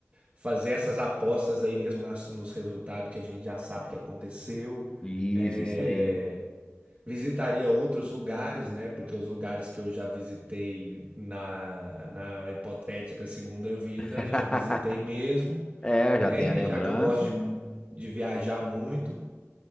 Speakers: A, on the right; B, on the left.
A: Fazer essas apostas aí mesmo nas- nos resultados que a gente já sabe que aconteceu.
B: Isso,
A: É,
B: isso aí.
A: Visitaria outros lugares, né? Porque os lugares que eu já visitei na, na hipotética segunda vida,
B: <laughs>
A: eu já visitei mesmo,
B: É,
A: né?
B: já tem a
A: E
B: lembrança.
A: já que eu gosto de, mu- de viajar muito,